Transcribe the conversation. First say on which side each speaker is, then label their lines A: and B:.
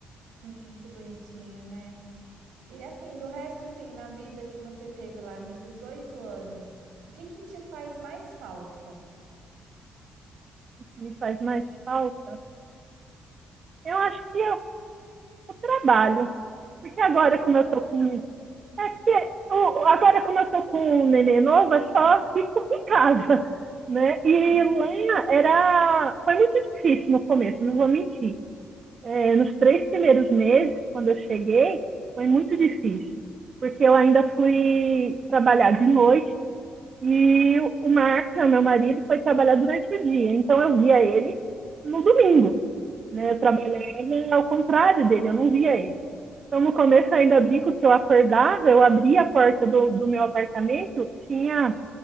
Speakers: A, on the right (about 85°); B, on the right (about 45°).
A: Sim, que bonitinho, né? E assim, do resto, assim, na vida que você teve lá nesses oito anos, o que que te faz mais falta?
B: o que Me faz mais falta. Eu acho que é o trabalho. Porque agora,
A: O
B: como
A: trabalho?
B: eu tô com É porque o- agora, como eu tô com o neném novo, eu só fico em casa, né? E
A: Sim.
B: lá era... Foi muito difícil no começo, não vou mentir. É, nos três primeiros meses, quando eu cheguei, foi muito difícil. Porque eu ainda fui trabalhar de noite e o- Marcos, né, meu marido, foi trabalhar durante o dia. Então, eu via ele no domingo, né?
A: Hum,
B: Eu trabalhava ao contrário dele, eu não via ele. Então, no começo, eu ainda brinco que eu acordava, eu abria a porta do, do meu apartamento, tinha